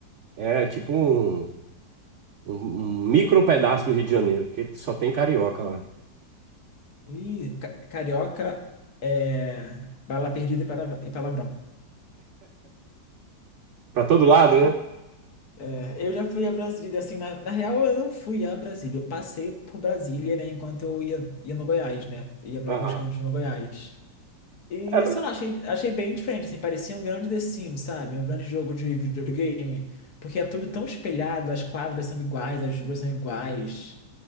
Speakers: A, on the right; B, on the left.
A: É tipo um, um, um micro pedaço do Rio de Janeiro, porque só tem carioca lá.
B: Ih, ca- carioca é bala perdida e para- e palavrão.
A: Pra todo lado, né?
B: É, eu já fui a Brasília, assim, na, na real eu não fui a Brasília, eu passei por Brasília, né, enquanto eu ia, ia no Goiás, né, ia pra
A: Aham.
B: alguns cantos no Goiás. E,
A: É, Bra-
B: sei lá, achei, achei bem diferente, assim, parecia um grande The Sims, sabe, um grande jogo de videogame, porque é tudo tão espelhado, as quadras são iguais, as ruas são iguais,